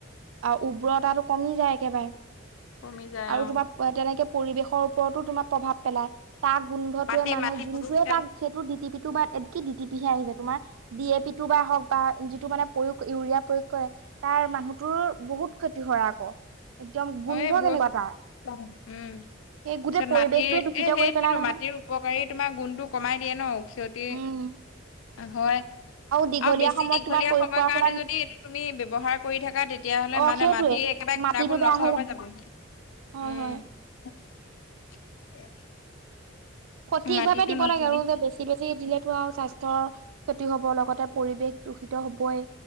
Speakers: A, on the right (about 80°); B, on the left (about 80°).
A: আৰু উব্ৰৰতাটো কমি যায় একেবাৰে
B: কমি যায়
A: আৰু
B: অ
A: তোমাৰ তেনেকে পৰিৱেশৰ ওপৰতো তোমাৰ প্ৰভাৱ পেলায়। তাক গোন্ধটোৱে
B: মাটি
A: মানুহ
B: মাটি
A: যোনটোৱে
B: প্ৰদূষিত
A: তাক সেইটো ডি টি পি টো বা কি ডিটি পিহে আহিছে তোমাৰ ডি এ পি। টো বা হওঁক বা যিটো মানে প্ৰয়োগ। ইউৰিয়া প্ৰয়োগ কৰে তাৰ মানুহতোৰ বহুত ক্ষতি হয় আকৌ। একদম গোন্ধ
B: এই
A: কেনেকুৱা তাৰ।
B: <inaudible> উম। পিছত
A: সেই গোটেই পৰিৱেশটোৱে
B: মাটিৰ এ
A: দূষিত
B: সেইটোয়েতো
A: কৰি পেলাই নহয়।
B: মাটিৰ উপকাৰী তোমাৰ গুণটো কমাই দিয়ে ন' ক্ষতি।
A: উম
B: অ', হয়।
A: দীঘলীয়া
B: আৰু বেছি
A: সময়ত
B: দীঘলীয়া
A: তোমাৰ প্ৰয়োগ
B: সময়
A: কৰাৰ
B: কাৰণে
A: ফলত
B: যদি এইটো তুমি ব্যৱহাৰ কৰি থাকা তেতিয়াহ'লে
A: অ
B: মানে
A: সেইটোৱে
B: মাটি মাটি একেবাৰে
A: মাটিটো
B: গুণাগুণ
A: বেয়া
B: নষ্ট হৈ যাব,
A: হয়
B: উম।
A: হয়।
B: <inaudible>
A: সঠিক
B: মাটিটো
A: ভাৱে দিব
B: নষ্ট
A: লাগে আৰু যে বেছি বেছি দিলেতো আৰু স্বাস্থ্যৰ ক্ষতি হ'ব লগতে পৰিৱেশ দূষিত হ'বই।